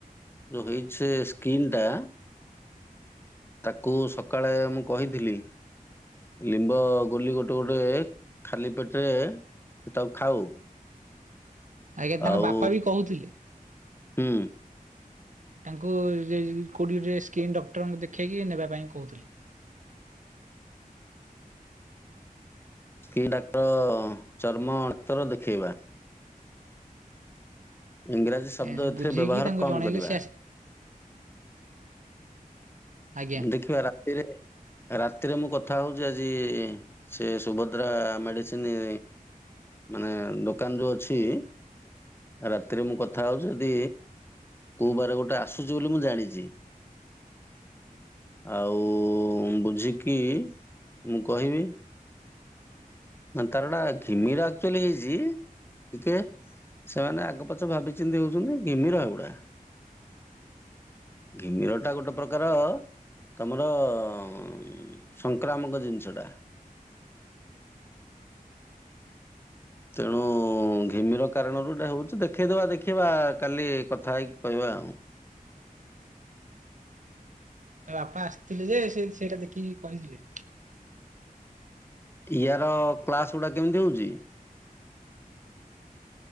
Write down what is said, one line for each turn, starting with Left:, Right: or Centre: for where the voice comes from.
Left: ଯୋଉ ହେଇଚି ସେ ସ୍କ୍ରିନ୍ ଟା ତାକୁ ସକାଳେ ମୁଁ କହିଥିଲି। ଲିମ୍ବ ଗୁଲି ଗୋଟେ ଗୋଟେ ଖାଲି ପେଟରେ ତାକୁ ଖାଉ।
Right: ଆଜ୍ଞା ତାଙ୍କ
Left: ଆଉ
Right: ବାପା ବି କହୁଥିଲେ
Left: ହୁଁ
Right: ତାଙ୍କୁ କୋଉଠି ଟିକେ ସ୍କିନ୍ ଡକ୍ଟରଙ୍କୁ ଦେଖେଇକି ନେବା ପାଇଁ କହୁଥିଲି।
Left: କି ଡାକ୍ତର ଚର୍ମ ଅତର ଦେଖେଇବା। ଇଂରାଜୀ ଶବ୍ଦ
Right: ଏ ସେ
Left: ଏଥିରେ
Right: ବୁଝେଇକି
Left: ବ୍ୟବହାର
Right: ତାଙ୍କୁ
Left: କମ୍
Right: ଜଣେଇଲେ
Left: କରିବା।
Right: ସେ ଆସି ଆଜ୍ଞା
Left: ଦେଖିବା ରାତିରେ ରାତିରେ ମୁଁ କଥା ହେଉଛି ଆଜି ସେ ସୁଭଦ୍ରା ମେଡ଼ିସିନ ମାନେ ଦୋକାନ ଯଉ ଅଛି ରାତିରେ ମୁଁ କଥା ହଉଛି ଯଦି କୋଉ ବାର ଗୋଟେ ଆସୁଛି ବୋଲି ମୁଁ ଜାଣିଛି। ଆଉ ବୁଝିକି ମୁଁ କହିବି ମାନେ ତାର ଗୋଟା ଘିମିର ଆକ୍ଚୁଆଲି ହେଇଛି ଟିକେ ସେମାନେ ଆଗ ପଛ ଭାବିଚିନ୍ତି ହଉଛନ୍ତି ଘିମିର ଏଗୁଡା। ଘିମିରଟା ଗୋଟେ ପ୍ରକାର ତମର ଅ ସଂକ୍ରାମକ ଜିନିଷଟା। ତେଣୁ ହ ଘିମିର କାରଣରୁ ଏଟା ହଉଛି ଦେଖେଇଦବା ଦେଖିବା କାଲି କଥା ହେଇକି କହିବା ଆଉ।
Right: ତା ବାପା ଆସିଥିଲେ ଯେ ସେ ସେଇଟା ଦେଖିକି କହିଥିଲେ।
Left: ଇୟାର କ୍ଲାସ୍ ଗୁଡ଼ା କେମିତି ହେଉଛି।